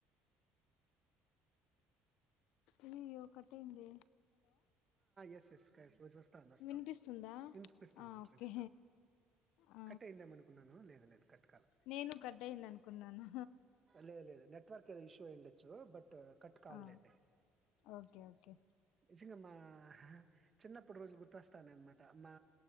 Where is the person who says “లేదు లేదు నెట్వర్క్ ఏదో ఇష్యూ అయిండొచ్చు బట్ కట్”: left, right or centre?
Right